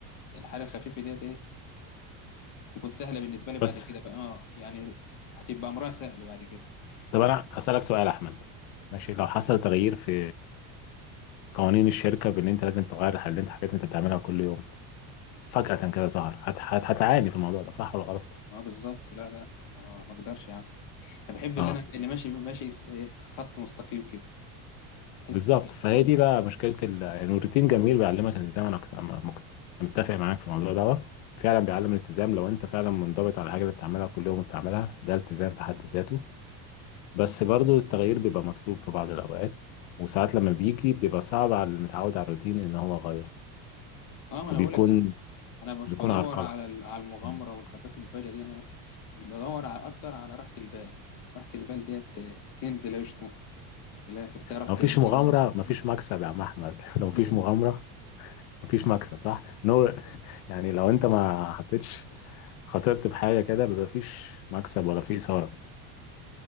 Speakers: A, on the left; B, on the left.
A: الحاجة الخفيفة ديت إيه تكون سهلة بالنسبة لي بعد
B: بس
A: كده بقى آه يعني هتبقى أمرها سهل بعد كده
B: طب انا
A: وفي
B: هسالك سؤال يا احمد ماشي لو حصل تغيير في قوانين الشركه بان انت لازم تغير الحاجات اللي انت حاجات انت بتعملها كل يوم فجاه كده ظهر هت- هت- هتعاني في الموضوع ده صح ولا غلط
A: اه بالظبط لا لا اه ما اقدرش يا عم انا بحب
B: اه
A: اللي انا اللي ماشي ماشي س- ايه خط مستقيم كده احس
B: بالظبط
A: إن-
B: فهي دي بقى مشكله ال- يعني الروتين جميل بيعلمك الالتزام انا كنت أما- مك- متفق معاك في الموضوع ده فعلا بيعلم الالتزام لو انت فعلا منضبط على الحاجه اللي بتعملها كل يوم بتعملها ده التزام في حد ذاته بس برضو التغيير بيبقى مطلوب في بعض الاوقات وساعات لما بيجي بيبقى صعب على اللي متعود على الروتين ان هو يغير
A: اه ما
B: وبيكون
A: انا بقول لك انا أنا مش
B: بيكون
A: بدور
B: عرقله
A: على ال- على المغامره
B: مم.
A: والقرارات المفاجئه دي انا بدور على اكتر على راحه البال راحه البال ديت آه، كنز لا يشترى في الاخر تعرف
B: لو
A: تنام
B: مفيش مغامره
A: كده وأنت-
B: مفيش مكسب يا عم احمد <laughs> لو مفيش
A: <laughs>
B: مغامره مفيش مكسب صح؟ ان هو <laughs> يعني لو انت ما حطيتش خسرت بحاجه كده بيبقى مفيش مكسب ولا في اثاره